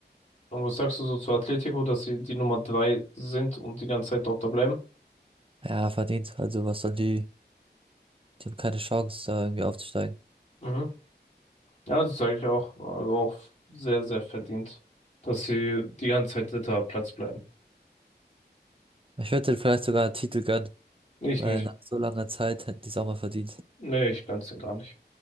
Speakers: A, on the left; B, on the right.
A: und was sagst du so zu Atletico, dass sie die Nummer drei sind und die ganze Zeit dort da bleiben?
B: Ja, verdient. Also was sollen die? Die haben keine Chance, da irgendwie aufzusteigen.
A: Mhm. Ja, das sage ich auch. Also auch sehr, sehr verdient, dass sie die ganze Zeit dritter Platz bleiben.
B: Ich würde denen vielleicht sogar einen Titel gönnen,
A: Ich
B: weil
A: nicht.
B: nach so langer Zeit hätten die es auch mal verdient.
A: Nee, ich ganz und gar nicht.